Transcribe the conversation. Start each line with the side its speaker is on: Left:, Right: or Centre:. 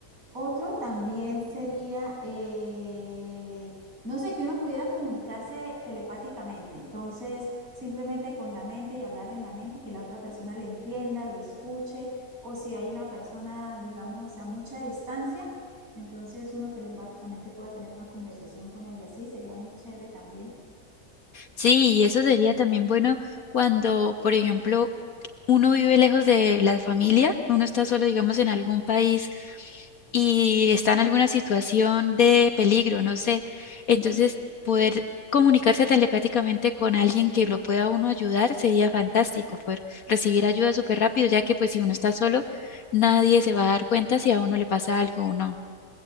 Right: Otro también sería, eh, no sé, que uno pudiera comunicarse telepáticamente, entonces simplemente con la mente y hablar en la mente y que la otra persona le entienda, lo escuche, o si hay una persona, digamos, a mucha distancia, entonces uno telepáticamente pueda tener una conversación con ella, sí, sería muy chévere también.
Left: Sí, y eso sería también bueno cuando, por ejemplo, uno vive lejos de la familia, uno está solo, digamos, en algún país y está en alguna situación de peligro, no sé. Entonces, poder comunicarse telepáticamente con alguien que lo pueda uno ayudar sería fantástico, poder recibir ayuda súper rápido, ya que pues si uno está solo, nadie se va a dar cuenta si a uno le pasa algo o no.